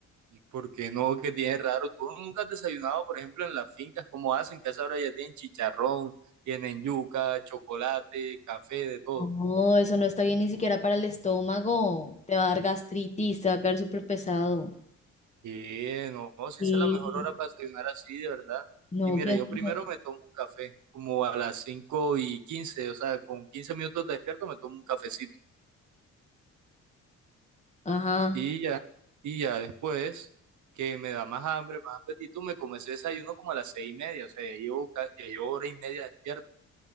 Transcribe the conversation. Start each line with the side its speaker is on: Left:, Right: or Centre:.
Right: ¿Y por qué no? que tienes raro? ¿Tú nunca has desayunado, por ejemplo, en las fincas? ¿Cómo hacen? Que a esa hora ya tienen chicharrón, tienen yuca, chocolate, café, de todo.
Left: No, eso no está bien ni siquiera para el estómago. Te va a dar gastritis, te va a caer súper pesado.
Right: Y no, no, si
Left: Sí.
Right: esa es la mejor hora para desayunar así, de verdad.
Left: No,
Right: Y mira,
Left: ¿quién
Right: yo
Left: dijo?
Right: primero me tomo un café, como a las cinco y quince, o sea, con quince minutos despierto me tomo un cafecito.
Left: Ajá.
Right: Y ya, y ya después que me da más hambre, más apetito, me comencé ese desayuno como a las seis y media, o sea, ya llevo, ca- ya llevo hora y media despierto.